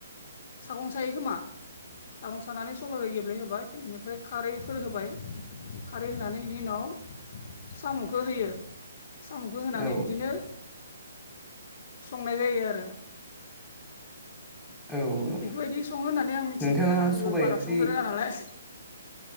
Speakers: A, on the left; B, in the centre.
A: सागं सायो खोमा सागं सानानै सबाइ गेब्लेहोबाय बेनिफ्राय खारैफोर होबाय खारै होनानै बेनि उनाव साम'खौ होयो साम'खौ होनानै
B: औ
A: बिदिनो संनाय जायो आरो
B: औ
A: बेफोरबायदि सङो होननानै आं मिथिखो
B: नोंथाङा
A: आंबो
B: सबाइ
A: बारा
B: ओंख्रि
A: संनो रोङा नालाय